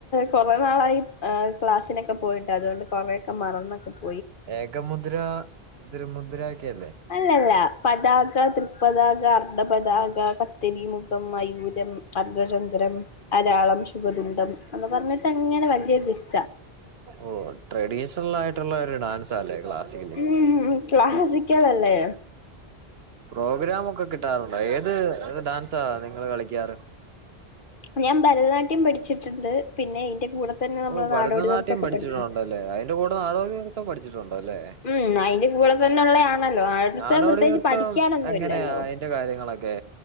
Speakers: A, on the left; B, on the right.
A: കുറെേ നാളായി ക്ലാസ്സിനൊക്കെ പോയിട്ട് അതുകൊണ്ട് കൊറെേയൊക്കെ മറന്നൊക്കെ പോ
B: ഏക മുദ്ര ത്രരു മുദ്രക്കെല്ല
A: അല്ലല്ല പതാക, ത്രിപതാക അർധപതാക കത്തരി മുഖം മയൂരം അർദ്ധചന്ദ്രം അലയാളം സുഖദണ്ടം അന്ന് പറഞ്ഞിട്ട്ങ്ങനെ വഞ്ചിയ ഇഷ്ടം
B: ഓ ട്രഡീഷണൽ ആയിട്ടുള്ള ഒരു ഡാൻസാല്ലേ ക്ലാസിക്കൽ
A: ഉം ക്ലാസിക്കൽ അല്ലേ
B: പ്രോഗ്രാമ് ഒക്കെ കിട്ടാറുണ്ടോ ഏത് ഡാൻസാ നിങ്ങള് കളിക്കാറ്
A: ഞാൻ ഭരതനാട്യം പഠിച്ചിട്ടുണ്ട് പിന്നെ അയ്‌ന്റെ കൂടെ തന്നെ നമ്മൾ
B: ഓ ഭരതനാട്യം
A: നാടോടിനൃത്തം ഒക്കെ
B: പഠിച്ചിട്ടുണ്ടല്ലേ
A: പഠിച്ചിട്ടുണ്ട്
B: അതിന്റെ കൂടെ നാടോടി നൃത്തം പഠിച്ചിട്ടുണ്ടോ അല്ലേ
A: മ്മ് മ്മ് അയ്‌ന് അ കൂടെ തന്നെ ഉള്ളയാണല്ലോ അടുത്ത
B: നാടോടി
A: പ്രത്യേകിച്ച്
B: നൃത്തം
A: പഠിക്കാനൊന്നുല്ലല്ലോ
B: എങ്ങനെയാ അതിന്റെ കാര്യങ്ങളൊക്കെ